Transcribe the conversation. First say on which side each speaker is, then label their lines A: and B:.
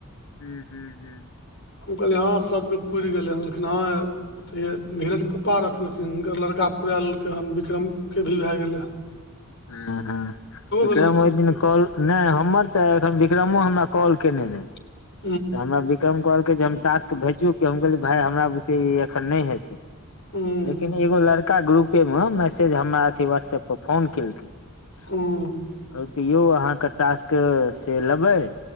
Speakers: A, on the left; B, on the left.
A: हूँ हूँ
B: हम कहलियै ह सभके पुर गेलै ह हँ धीरज पप्पा रहथिनिन हिनकर लड़का पुरा लेलकै हन विक्रम के भी भए गेल ह।
A: ह हँ विक्रम
B: भेलौ हन तोहर
A: ओइ
B: हम
A: दिन
B: कहलियै
A: कॉल नहि हमर तऽ एखन विक्रमो हमरा कॉल केने रहय।
B: <inaudible>
A: तऽ हमरा विक्रम कहलकै जे हम टास्क भेचू कि हम कहलियै भाय हमरा बुते ई एखन नहि हेतै।
B: हुँ
A: लेकिन एगो लड़का ग्रुपे मे मैसेज हमरा अथी व्हाट्सऐपपर फोन केलकै। कहलके
B: हुँ
A: यौव अहाँके टास्क से लेबै।